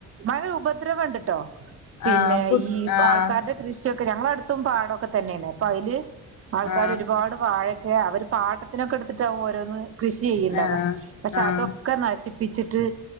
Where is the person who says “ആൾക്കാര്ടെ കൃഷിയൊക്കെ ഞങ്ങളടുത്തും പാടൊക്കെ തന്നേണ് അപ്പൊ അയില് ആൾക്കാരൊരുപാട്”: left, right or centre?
Right